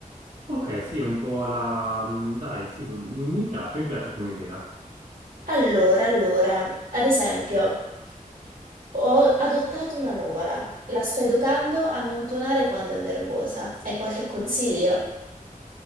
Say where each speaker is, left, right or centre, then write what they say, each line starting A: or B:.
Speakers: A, on the right; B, on the right.
A: Ok, sì, un po' la... mm, Dai, sì, mi piace, mi piace come idea.
B: Allora, allora, ad esempio, ho adottato una nuvola, la sto educando a non tonare quando è nervosa. Hai qualche consiglio?